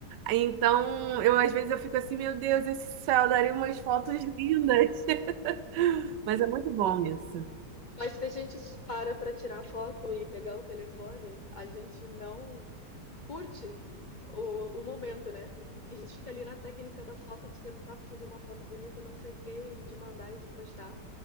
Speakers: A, on the right; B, on the left.
A: Então, eu às vezes eu fico assim, meu Deus, esse céu daria umas fotos lindas. <laughs> Mas é muito bom isso.
B: Mas se a gente para para tirar foto e pegar o telefone, a gente não curte o, o momento, né? Porque a gente fica ali na técnica da foto de tentar fazer uma foto bonita, e não sei o quê, e de mandar e de postar.